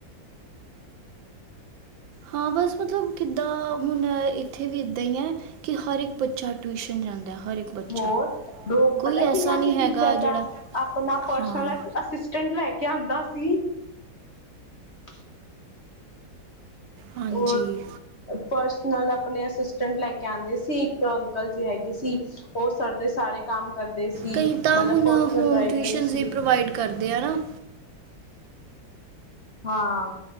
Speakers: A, on the right; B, on the left.
A: ਹਾਂ ਬਸ ਮਤਲਬ ਕਿੱਦਾਂ ਹੁਣ ਇੱਥੇ ਵੀ ਇੱਦਾਂ ਹੀ ਹੈ ਕਿ ਹਰ ਇੱਕ ਬੱਚਾ ਟਿਊਸ਼ਨ ਜਾਂਦਾ ਹਰ ਇੱਕ ਬੱਚਾ
B: ਹੋਰ ਡੋਪ
A: ਕੋਈ
B: ਪਤਾ
A: ਐਸਾ
B: ਕਿੰਨਾ
A: ਨਹੀਂ
B: ਸੀ ਟੀਚਰ
A: ਹੈਗਾ ਜਿਹੜਾ
B: ਦਾ ਆਪਣਾ ਪਰਸਨਲ
A: ਹਾਂ
B: ਅਸਿਸਟੈਂਟ ਲੈ ਕੇ ਆਉਂਦਾ ਸੀ ਹਮ
A: ਹਾਂਜੀ
B: ਹੋਰ ਪਰਸ ਨਾਲ ਆਪਣੇ ਅਸਿਸਟੈਂਟ ਲਾਈਕ ਕਹਿੰਦੇ ਸੀ ਇੱਕ ਅੰਕਲ ਜੀ ਹੈਗੇ ਸੀ ਉਹ ਸਰਦੇ ਸਾਰੇ ਕੰਮ ਕਰਦੇ ਸੀ
A: ਕਈ ਤਾਂ
B: ਮਤਲਬ
A: ਹੁਣ
B: ਪਸਟ ਡਰਾਈਵਰ
A: ਹੋਮ ਟਿਊਸ਼ਨਸ
B: ਵੀ ਸੀ
A: ਪ੍ਰੋਵਾਈਡ ਕਰਦੇ ਆ ਨਾ
B: ਹਾਂ